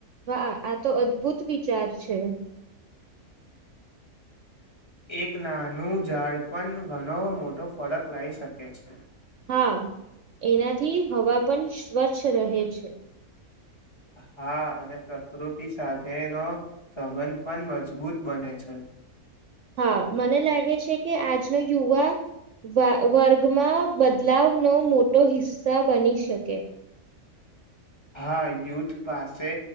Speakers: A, on the right (about 60°); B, on the left (about 20°).
A: વાહ આ તો અદ્ભુત વિચાર છે.
B: એક નાનું ઝાડ પણ ઘણો મોટો ફરક લાવી શકે છે.
A: હા એનાથી હવા પણ સ્વચ્છ રહે છે.
B: હા અને પ્રકૃતિ સાથેનો સંબંધ પણ મજબૂત બને છે.
A: હા મને લાગે છે કે આજનો યુવા વા વર્ગમાં બદલાવનો મોટો હિસ્સા બની શકે.
B: હા યુથ પાસે